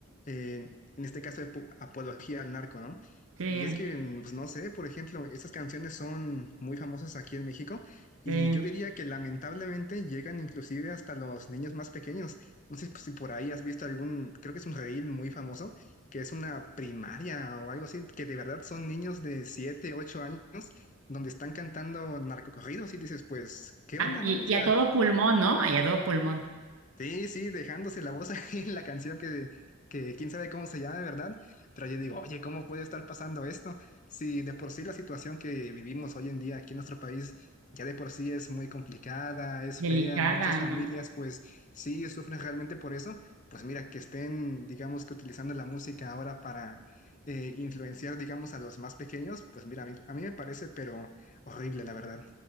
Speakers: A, on the left; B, on the right.
A: eh, en este caso, apo- apología al narco, ¿no?
B: Sí,
A: Y es que, mm, pues no sé, por ejemplo, estas canciones son muy famosas aquí en México
B: sí.
A: y yo diría que lamentablemente llegan inclusive hasta los niños más pequeños. No sé si por ahí has visto algún, creo que es un reel muy famoso, que es una primaria o algo así, que de verdad son niños de 7, 8 años. donde están cantando narcocorridos y dices, pues, ¿qué
B: A-
A: onda,
B: y,
A: no? O
B: y
A: sea,
B: a todo pulmón, ¿no? Y a todo pulmón.
A: Sí, sí, dejándose la voz <laughs> ahí en la canción que, que quién sabe cómo se llama, ¿verdad? Pero yo digo, oye, ¿cómo puede estar pasando esto? Si de por sí la situación que vivimos hoy en día aquí en nuestro país ya de por sí es muy complicada, es
B: Delicada,
A: fea, muchas familias
B: ¿no?
A: pues sí sufren realmente por eso, pues mira, que estén, digamos que utilizando la música ahora para eh, influenciar, digamos, a los más pequeños, pues mira, a mí, a mí me parece, pero horrible, la verdad.